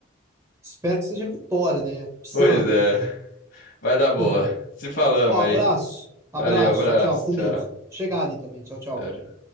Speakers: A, on the right; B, on the left.
A: Espero que seja vitória, né? Psan,
B: Pois
A: né?
B: é, vai dar boa.
A: <laughs>
B: Se falamos
A: Ó, abraço.
B: aí.
A: Abraço.
B: Valeu, abraço,
A: Tchau, tchau. Com
B: tchau.
A: Deus. Chegar ali também. Tchau, tchau.
B: Tchau, tchau.